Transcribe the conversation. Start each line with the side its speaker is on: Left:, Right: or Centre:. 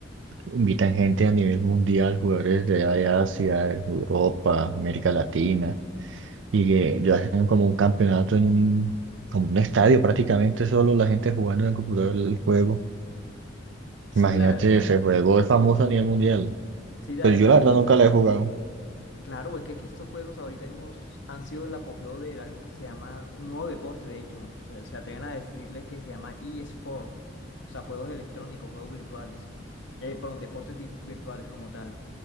Right: invitan gente a nivel mundial, jugadores de Asia, Europa, América Latina, y que ya hacen como un campeonato en un, como un estadio prácticamente, solo la gente jugando en el computador el juego.
Left: Sí,
Right: Imagínate,
Left: la verdad.
Right: ese juego es famoso a nivel mundial.
Left: Sí, la
Right: Pero
Left: verdad
Right: yo la verdad
Left: es que
Right: nunca la he jugado.
Left: Claro, es que, es que estos juegos ahorita mismo han sido el apogeo de algo que se llama un nuevo deporte, de hecho. O sea, se atreven a decirle que se llama eSport, o sea, juegos electrónicos, juegos virtuales, eh, perdón, deportes di- virtuales como tal.